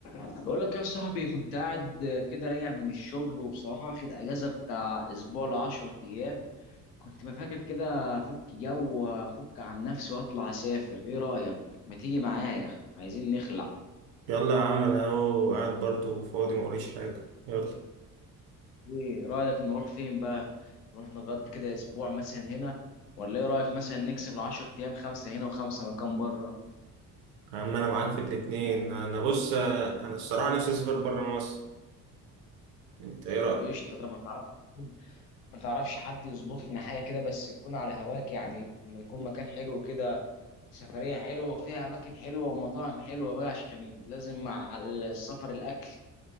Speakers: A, on the left; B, on the right.
A: بقول لك يا صاحبي كنت قاعد كده راجع من الشغل وبصراحة واخد أجازة بتاع أسبوع لعشر أيام كنت ما فاكر كده أفك جو وأفك عن نفسي وأطلع أسافر إيه رأيك؟ ما تيجي معايا عايزين نخلع
B: يلا يا عم انا اهو قاعد برضو فاضي موريش حاجة يلا
A: إيه رأيك نروح فين بقى؟ نروح نقضي كده أسبوع مثلا هنا ولا إيه رأيك مثلا نكسب العشر أيام خمسة هنا وخمسة مكان بره؟
B: يا عم انا معاك في الاتنين انا بص انا الصراحة نفسي اسافر برا مصر انت ايه رأيك
A: طب قشطة ده ما تعرف ما تعرفش حد يظبط لنا حاجة كده بس تكون على هواك يعني بنكون مكان حلو كده سفرية حلوة وفيها أماكن حلوة ومطاعم حلوة بقى عشان لازم مع السفر الأكل